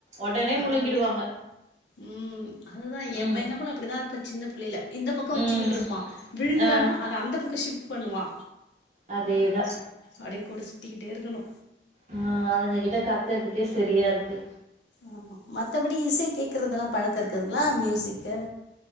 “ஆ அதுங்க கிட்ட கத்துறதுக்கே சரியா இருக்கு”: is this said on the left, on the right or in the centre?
Right